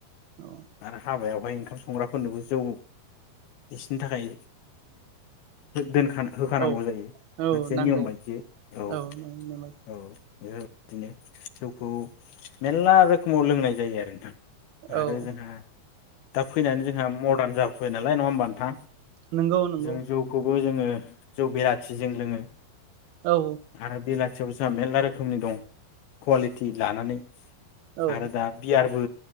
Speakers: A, on the right; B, on the left.
A: औ
B: आरो हाबायाव बेहाय ओंखाम संग्राफोरनोबो जौ बिसिनि थाखाय दोन होखानांगौ
A: औ
B: जायो
A: औ
B: मोनसे
A: नांगौ
B: नियम बायदिय औ-औ
A: औ नेमाय
B: बेफोरबायदिनो जौखौ मेलला रोखोमाव लोंनाय जायो आरो नोंथां। आरो
A: औ
B: जोंहा दा फैनानै जोंहा मरदार जाबाय। फै नालाय नङा होमबा नोथां।
A: नंगौ नंगौ
B: जों जौखौबो जोङो जौ बेलाथिजों लोङो
A: औ
B: आरो बेला मानसे फुसा मेरला रोखोमनि दं कुवालिटि लानानै।
A: औ।
B: आरो दा बियारबो